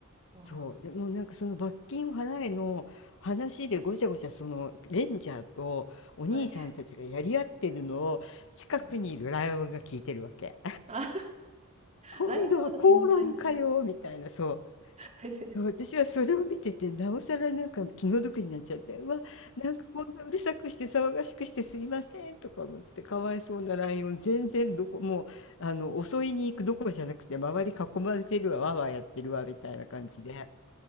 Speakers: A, on the right (about 30°); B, on the left (about 65°).
A: お
B: そうでもうなんかその罰金を払えの話でごちゃごちゃそのレンジャーとお兄さんたちがやり合ってるのを近くにいるライオンが聞いてるわけ。
A: ーはい、はい。あ、
B: 今度は口論かよみたいなそう
A: ライオンはまだその体勢体勢で、
B: そう、私はそれを見てて、なおさらなんか気の毒になっちゃって、うわ、なんかこんなうるさくして騒がしくしてすいませんとか思って、かわいそうなライオン、全然どこ、もう、あの、襲いに行くどころじゃなくて、周り囲まれてるわ、わーわーやってるわ、みたいな感じで。